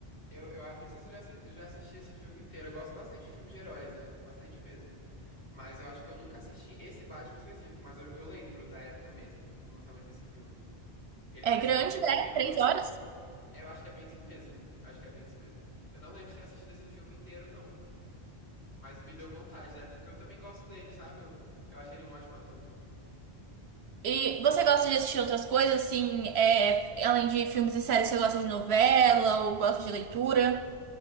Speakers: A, on the left; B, on the right.
A: eu, eu a- não sei se eu já, assi- eu já assisti esse filme inteiro. Eu gosto bastante de filmes de heróis, né? Bastante mesmo. Mas eu acho que eu nunca assisti esse Batman específico, mas eu, eu lembro da época mesmo, do lançamento desse filme. Ele
B: É
A: parecia
B: grande,
A: estar muito
B: né?
A: bem no
B: Três
A: papel.
B: horas?
A: Eu acho que é bem isso mesmo. Eu acho que é bem isso mesmo. Eu não lembro de ter assistido esse filme inteiro, não. Mas me deu vontade na época, porque eu também gosto dele, sabe? Eu, eu acho ele um ótimo ator.
B: E você gosta de assistir outras coisas, assim, é, além de filmes e séries, você gosta de novela ou gosta de leitura?